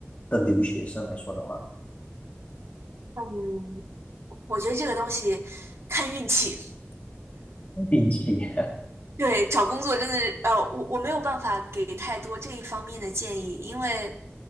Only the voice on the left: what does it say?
的留学生来说的话，
运气。